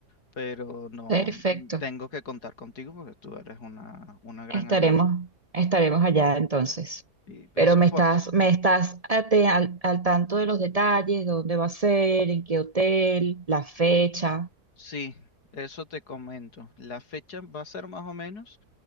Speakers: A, on the left (about 80°); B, on the right (about 25°).
A: pero no
B: Perfecto.
A: tengo que contar contigo porque tú eres una, una gran
B: Estaremos,
A: ayuda.
B: estaremos allá entonces.
A: Y
B: Pero
A: eso
B: me
A: por,
B: estás, me estás ate- al, al tanto de los detalles, dónde va a ser, en qué hotel, la fecha.
A: Sí, eso te comento. La fecha va a ser más o menos